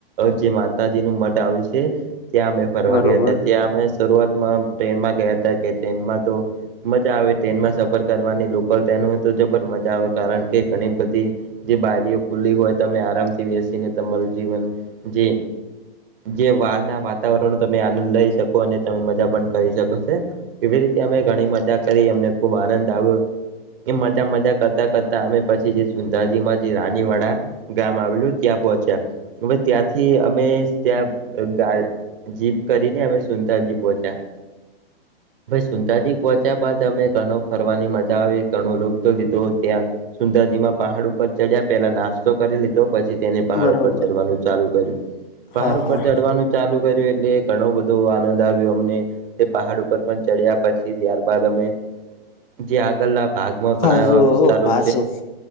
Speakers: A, on the right (about 60°); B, on the left (about 50°).
A: જે માતાજી નું મઢં આવે છે. ત્યાં અમે ફરવા
B: બરોબર
A: ગયા હતા ત્યાં અમે શરૂઆતમાં ટ્રેનમાં ગયા હતા કે ટ્રેનમાં તો મજા આવે ટ્રેનમાં સફર કરવાની લોકલ ટ્રેન હોય તો જબર મજા આવે. કારણ કે ઘણી બધી જે બારીઓ ખુલ્લી હોય તમે આરામથી બેસીને તમારું જીવન જે જે વાળના વાતાવરણનો તમે આનંદ લઈ શકો અને તમે મજા પણ કરી શકો છે. એવી રીતે અમે ઘણી મજા કરી અમને ખુબ આનંદ આવ્યો એ મજા મજા કરતા કરતા અમે પછી સુંદાજીમાં જે રાનીવાડા ગામ આવેલું ત્યાં પહોંચ્યા. હવે ત્યાંથી અમે ત્યાં ગ જીપ કરીને અમે સુંદરાજી પહોંચ્યા. સુંધાજી પોહોચ્યા બાદ અમે ઘણું ફરવાની મજા ઘણો લતો લીધો ત્યાં સુંદરજીમાં પહાડ ઉપર ચડ્યા પેલા નાસ્તો કરી લીધો. પછી તેને પહાડ
B: બરોબર
A: ઉપર ચડવાનું ચાલુ કર્યું, પહાડ
B: હા
A: ઉપર
B: હા
A: ચડવાનું ચાલુ કર્યું એટલે ઘણો બધો આનંદ આવ્યો અમને, તે પહાડ ઉ ચડ્યા પછી ત્યારબાદ અમે જે આગળના ભાગમાં ઘણા
B: હાજુ
A: એવા વિસ્તારો
B: હાસુ